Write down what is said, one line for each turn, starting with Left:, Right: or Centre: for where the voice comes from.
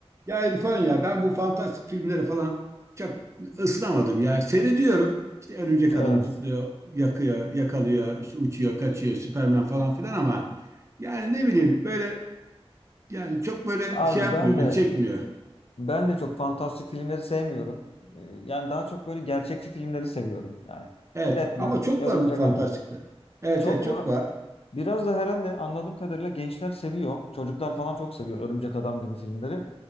Right: Ya İrfan ya ben bu fantastik filmleri falan çok ısınamadım ya. Seyrediyorum. İşte örümcek
Left: Evet.
Right: adam zıplıyor, yakıyor, yakalıyor, işte uçuyor, kaçıyor, Süperman falan filan ama yani ne bileyim böyle yani çok böyle
Left: Abi
Right: şey yapmıyor,
Left: ben
Right: beni
Left: de
Right: çekmiyor.
Left: ben de çok fantastik filmleri sevmiyorum. Ee, Yani daha çok böyle gerçekçi filmleri seviyorum. Yani
Right: Evet
Left: Batman,
Right: ama çok
Left: Örümcek
Right: var bu fantastikler.
Left: Adam.
Right: Evet
Left: Çok
Right: evet çok
Left: var.
Right: var.
Left: Biraz da herhalde anladığım kadarıyla gençler seviyor. Çocuklar falan çok seviyor Örümcek Adam gibi filmleri.